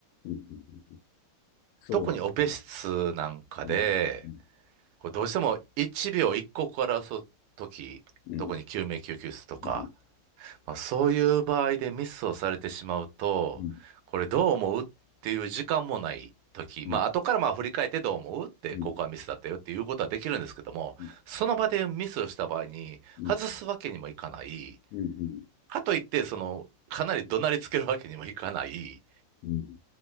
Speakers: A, on the left; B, on the right.
A: うんうんそうですね。
B: 特にオペ室なんかで、
A: うん。うん。
B: こうどうしても1秒1から争う時、
A: うん。
B: 特に救命救急室とか、
A: うん。
B: まあ、そういう場合でミスをされてしまうと、
A: うん。
B: これどう思うっていう時間もない時、
A: うん。
B: まあ後からまあ振り返ってどう思うって、
A: うん。
B: ここはミスだったよっていうことはできるんですけども、
A: う
B: その場でミスをした場合に外すわけにもいかない。
A: ん。うん。うん。
B: かといって、その、かなり怒鳴りつけるわけにもいかない
A: うん。